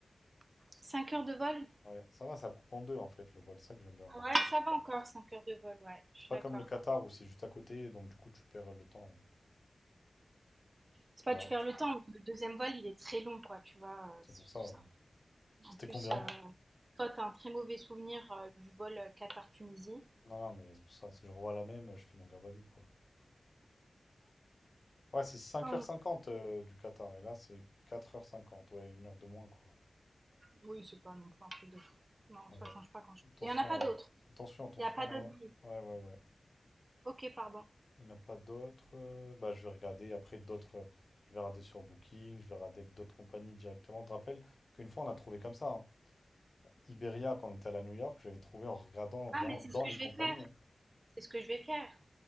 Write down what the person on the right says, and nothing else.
5 heures de vol?
Ouais, ça va encore, 5 heures de vol, ouais, je
suis
d'accord.
C'est
pas
tu perds le temps, le deuxième vol, il est très long, quoi, tu vois, euh,
c'est
tout ça.
En plus,
euh, toi, t'as un très mauvais souvenir euh, du vol euh, Qatar-Tunisie.
Ah, non,
oui, c'est pas non plus un truc de fou. Non,
ça change pas quand je...
Il y en a pas d'autres.
Il y a pas d'autres
billets.
Ok, pardon.
Ah, mais c'est
ce que
je
vais faire.
C'est ce que je vais faire.